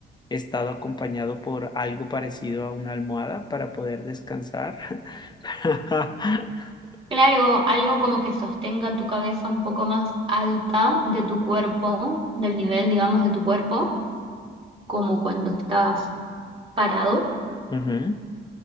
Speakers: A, on the left (about 20°); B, on the right (about 25°).
A: estado acompañado por algo parecido a una almohada para poder descansar? <laughs>
B: Claro, algo como que sostenga tu cabeza un poco más alta de tu cuerpo, del nivel, digamos, de tu cuerpo, como cuando estás parado.
A: Ujú.